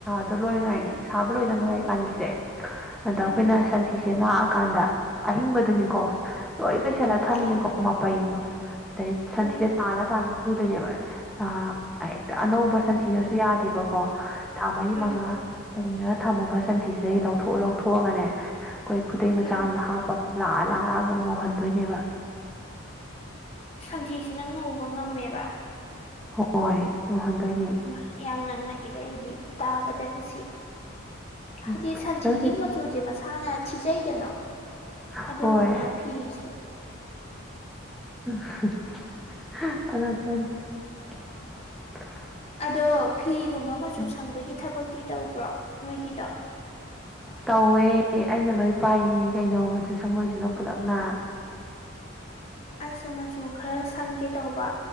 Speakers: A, in the centre; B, on the left.
A: ꯇꯣ ꯂꯣꯏ ꯉꯥꯏ
B: ꯎꯝ
A: ꯁꯥꯕ ꯂꯣꯏꯗ ꯉꯥꯏꯔꯤ ꯥꯄꯟꯒꯤꯁꯦ ꯑꯗ
B: ꯎꯝ
A: ꯑꯩꯈꯣꯏꯅ ꯁꯟꯊꯤꯁꯦ ꯂꯥꯛꯑꯀꯥꯟꯗ ꯑꯍꯤꯡꯕꯗꯨꯅꯤꯀꯣ ꯂꯣꯏ ꯄꯩꯁꯜꯂꯥ
B: ꯑꯣ
A: ꯊꯥꯃꯤꯅꯤ
B: ꯑꯣ
A: ꯀꯣ ꯃꯄꯥꯩ ꯑꯃ ꯑꯗꯩ ꯁꯟꯊꯤꯁꯦ
B: ꯎꯝ
A: ꯇꯥꯜꯂ ꯇꯥꯜꯂ ꯁꯨꯗꯣꯏꯅꯦꯕ ꯑ ꯑꯍꯦꯛꯇ ꯑꯅꯧꯕ ꯁꯟꯊꯤꯅꯁꯨ ꯌꯥꯗꯦꯕꯀꯣ ꯊꯥ ꯃꯔꯤ
B: ꯎꯝ
A: ꯃꯉꯥ ꯄꯩꯔꯒ ꯊꯝꯃꯕ ꯁꯟꯊꯤꯁꯤꯗꯩ ꯂꯧꯊꯣꯛꯑ ꯂꯧꯊꯣꯛꯑꯒꯅꯦ ꯑꯩꯈꯣꯏ ꯈꯨꯗꯩ ꯃꯆꯥ
B: ꯎꯝ
A: ꯑꯃꯗ ꯍꯥꯞꯄꯒ ꯂꯥꯛꯑ ꯂꯥꯛꯑꯒ ꯉꯧꯍꯟꯗꯣꯏꯅꯦꯕ
B: ꯁꯟꯊꯤꯁꯤꯅ ꯉꯧꯕ ꯉꯝꯃꯦꯕ
A: ꯍꯣꯏ ꯉꯧꯍꯟꯗꯣꯏꯅꯦ
B: ꯏꯃꯥ ꯌꯥꯝꯅ ꯉꯛꯏꯗ ꯑꯩꯗꯤ ꯇꯥꯕꯗ ꯉꯁꯤ
A: ꯎꯝ
B: ꯍꯥꯏꯗꯤ ꯁꯟꯊꯤꯒꯤ
A: ꯅꯪꯁꯤ
B: ꯃꯆꯨꯁꯦ ꯃꯁꯥꯅ ꯊꯤꯖꯩꯗꯅ
A: ꯍꯣꯏ
B: ꯑꯗꯨꯗꯨꯅ ꯐꯤꯁꯨ
A: <unintelligible>
B: ꯑꯗꯣ ꯐꯤꯒꯨꯝꯕ ꯃꯆꯨ
A: ꯎꯝ
B: ꯁꯪꯕꯒꯤ ꯊꯕꯛꯇꯤ ꯇꯧꯕ꯭ꯔꯣ ꯅꯣꯏꯒꯤꯗꯣ
A: ꯇꯧꯋꯦ ꯑꯩꯅ ꯂꯣꯏ ꯄꯥꯏꯔꯤꯅꯤ ꯀꯩꯅꯣ ꯃꯆꯨ ꯁꯪꯕꯣꯏꯁꯤꯅ ꯄꯨꯜꯂꯞꯅ
B: ꯑꯩꯁꯦ ꯃꯆꯨ ꯈꯔ ꯁꯪꯒꯦ ꯇꯧꯕ